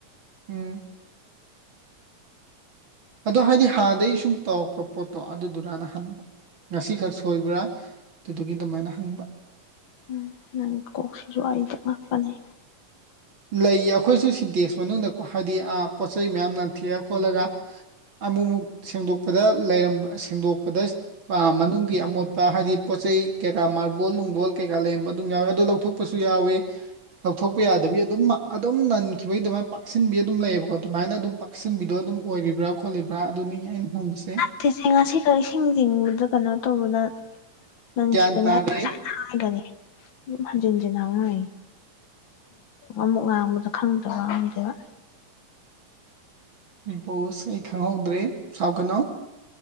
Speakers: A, on the right; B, on the left.
A: ꯎꯝ ꯑꯗꯣ ꯍꯥꯏꯗꯤ ꯍꯥꯟꯗꯒꯤ ꯁꯨꯝ ꯇꯧꯔꯛꯄ ꯄꯣꯠꯇꯣ ꯑꯗꯨꯗꯨꯔꯅ ꯍꯪꯕ ꯉꯁꯤꯈꯛ ꯁꯣꯏꯕ꯭ꯔꯥ ꯑꯗꯨꯗꯨꯒꯤ ꯑꯗꯨꯃꯥꯏꯅ ꯍꯪꯕ
B: ꯎꯝ ꯅꯪ ꯀꯣꯛꯁꯤꯁꯨ ꯑꯩ ꯆꯉꯛꯄꯅꯦ
A: ꯂꯩꯌꯦ ꯑꯩꯈꯣꯏꯁꯨ ꯁꯤꯟꯇꯦꯛꯁ ꯃꯅꯨꯡꯗꯀꯣ ꯍꯥꯏꯗꯤ ꯑꯥꯞ ꯄꯣꯠꯆꯩ ꯃꯌꯥꯝꯅ ꯅꯪꯊꯦꯛꯑ ꯈꯣꯠꯂꯒ ꯑꯃꯨꯛ ꯑꯃꯨꯛ ꯁꯦꯡꯗꯣꯛꯄꯗ ꯂꯩꯔꯝꯕ ꯁꯦꯡꯗꯣꯛꯄꯗ ꯃꯅꯨꯡꯒꯤ ꯑꯃꯣꯠꯄ ꯍꯥꯏꯗꯤ ꯄꯣꯠ ꯆꯩ ꯀꯩꯀꯥ ꯃꯥꯔꯕꯣꯜ ꯅꯨꯡꯕꯣꯜ ꯀꯩꯀꯥ ꯂꯩꯔꯝꯕ ꯑꯗꯨꯝ ꯌꯥꯎꯋꯦ ꯑꯗꯨ ꯂꯧꯊꯣꯛ ꯊꯣꯛꯄꯁꯨ ꯌꯥꯎꯋꯤ ꯂꯧꯊꯣꯛꯄ ꯌꯥꯗꯕꯤ ꯑꯗꯨꯝ ꯑꯗꯨꯝ ꯅꯟꯈꯤꯕꯒꯤ ꯑꯗꯨꯃꯥꯏꯅ ꯄꯥꯛꯁꯤꯟꯕꯤ ꯑꯗꯨꯝ ꯂꯩꯌꯦꯕꯀꯣ ꯑꯗꯨꯃꯥꯏꯅ ꯑꯗꯨꯝ ꯄꯥꯛꯁꯤꯟꯕꯤꯗꯣ ꯑꯗꯨꯝ ꯑꯣꯏꯔꯤꯕ꯭ꯔꯥ ꯈꯣꯠꯂꯤꯕ꯭ꯔꯥ ꯑꯗꯨꯅꯤ ꯑꯩꯅ ꯍꯪꯉꯤꯁꯦ
B: ꯇꯤꯁꯦ ꯉꯁꯤ ꯀꯔꯤꯁꯤꯡ ꯆꯤꯡꯕꯗ ꯀꯩꯅꯣ ꯇꯧꯕꯗ ꯅꯪꯈꯤꯕꯅꯦ
A: ꯒ꯭ꯌꯥꯟ ꯇꯥꯔꯦ
B: <unintelligible> ꯉꯁꯥꯏꯅ ꯍꯥꯏꯈꯔꯦ ꯑꯗꯨ ꯍꯟꯖꯤꯟꯖꯤꯟ ꯍꯪꯂꯩ ꯑꯃꯨꯛ ꯉꯥꯡꯕꯗ ꯈꯪꯗꯕ ꯉꯝꯗꯦꯕ
A: ꯕꯤꯛ ꯕꯣꯁ ꯑꯩ ꯈꯪꯍꯧꯗ꯭ꯔꯦ ꯁꯥꯎ ꯀꯅꯣ